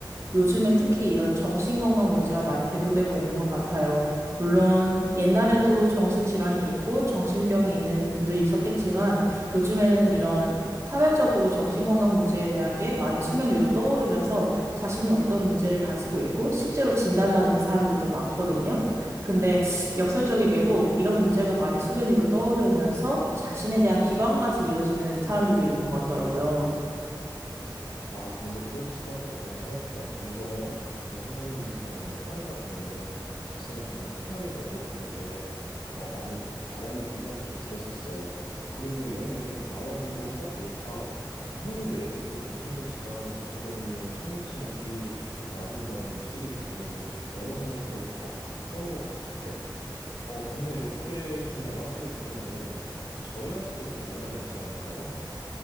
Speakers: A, on the right; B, on the left.
A: 요즘에 특히 이런 정신건강 문제가 많이 대두되고 있는 것 같아요. 물론 옛날에도 정신질환이 있고 정신병이 있는 분들이 있었겠지만 요즘에는 이런 사회적으로 정신건강 문제에 대한 게 많이 수면 위로 떠오르면서 자신이 어떤 문제를 가지고 있고 실제로 진단받는 사람들도 많거든요. 근데 역설적이게도 이런 문제가 많이 수면 위로 떠오르면서 자신에 대한 비관까지 이어지는 사람들도 있는 것 같더라고요.
B: 아, 근데 그럴 수밖에 없다고 생각해요. 점점 정신적인 문제나 이런 게 쌓이다 보면은 자신을 점점 탓하게 되고 그런 게 어, 많이 발현이 된다고 저도 들었었어요. 그리고 이런 게 계속 많아지고 하다 보니까 한국 내에서도 정신적 질환을 가지고 있는 청년층의 비율이 계속 많아진다는 뉴스 기사도 얼마 전에 계속 봤던 것 같아요. 어, 근데 이렇게 계속 많아지게 되면은 저희한테도 좀 영향이 있지 않을까요?